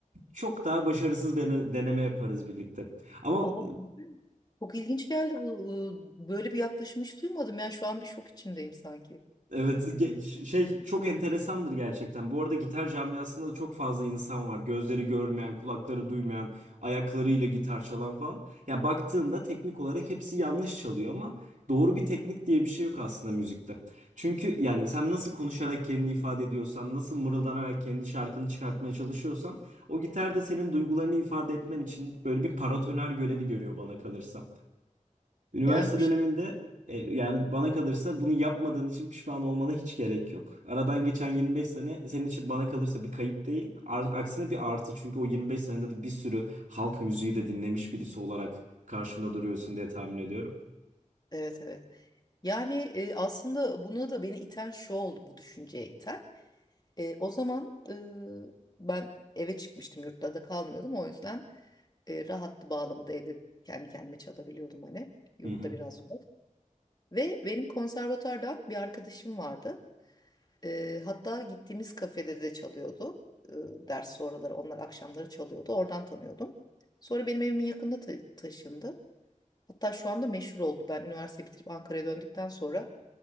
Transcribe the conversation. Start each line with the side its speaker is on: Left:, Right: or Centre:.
Right: çok daha başarısız bir dene- deneme yaparız birlikte. Ama
Left: Aa, bu- çok ilginç geldi bu. Böyle bir yaklaşım hiç duymadım. Yani şu an bir şok içindeyim sanki.
Right: Evet ge- ş- şey çok enteresandır gerçekten. Bu arada gitar camiasında da çok fazla insan var. Gözleri görmeyen, kulakları duymayan, ayaklarıyla gitar çalan falan. Ya baktığında teknik olarak hepsi yanlış çalıyor ama doğru bir teknik diye bir şey yok aslında müzikte. Çünkü yani sen nasıl konuşarak kendini ifade ediyorsan, nasıl mırıldanarak kendi şarkını çıkartmaya çalışıyorsan, o gitar da senin duygularını ifade etmen için böyle bir paratoner görevi görüyor bana kalırsa. Üniversite
Left: Yani bu
Right: döneminde
Left: şey.
Right: e, yani bana kalırsa bunu yapmadığın için pişman olmana hiç gerek yok. Aradan geçen 25 sene senin için bana kalırsa bir kayıp değil. Ar- aksine bir artı çünkü o 25 senede de bir sürü halk müziği de dinlemiş birisi olarak karşımda duruyorsun diye tahmin ediyorum.
Left: Evet evet. Yani e, aslında buna da beni iten şu oldu bu düşünceye iten. E, o zaman e, ben eve çıkmıştım yurtta da kalmıyordum o yüzden e, rahattı bağlamada evde kendi kendime çalabiliyordum hani yurtta
Right: Hı hı.
Left: biraz zor. Ve benim konservatuardan bir arkadaşım vardı. E, hatta gittiğimiz kafede de çalıyordu. E, ders sonraları onlar akşamları çalıyordu oradan tanıyordum. Sonra benim evimin yakınına ta- taşındı. Hatta şu anda meşhur oldu. Ben üniversite bitirip Ankara'ya döndükten sonra